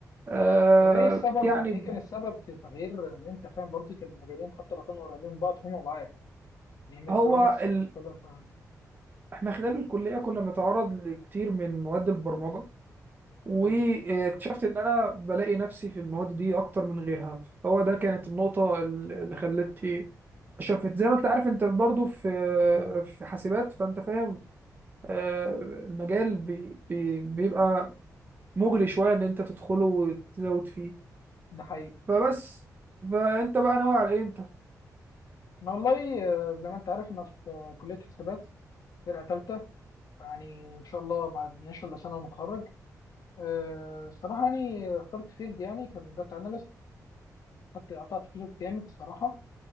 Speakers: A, on the right; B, on the left.
A: آه
B: طب ايه السبب
A: يعني
B: ايه كان السبب في تغيير لان انت فاهم برضو كان المجالين حتى لو كانوا قريبين من بعض هما بعاد يعني ميكاترونكس
A: هو ال...
B: مختلفه
A: احنا خلال الكلية كنا بنتعرض لكتير من مواد البرمجة واكتشفت
B: ايوه
A: ان انا بلاقي نفسي في المواد دي اكتر من غيرها هو ده كانت النقطة اللي خلتني شفت زي ما انت عارف انت برضو في في حاسبات فانت فاهم آه، المجال بي بي بيبقى مغري شويه ان انت تدخله وتزود فيه
B: ده حقيقي
A: فبس فانت بقى ناوي على ايه انت
B: انا والله آه، زي ما انت عارف انا في آه، كليه حسابات فرقة تالتة يعني إن شاء الله ما عدناش إلا سنة ونتخرج أه الصراحة يعني اخترت فيلد يعني كان داتا أناليست خدت قطعت فيه شوط جامد الصراحة